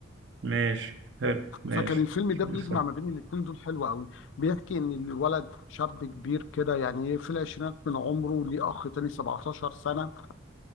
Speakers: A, on the right; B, on the left.
A: ماشي حلو ماشي
B: فكان الفيلم ده
A: بس
B: بيجمع ما بين الاتنين دول حلو قوي بيحكي ان الولد شاب كبير كده يعني في العشرينات من عمره ليه اخ تاني 17 سنه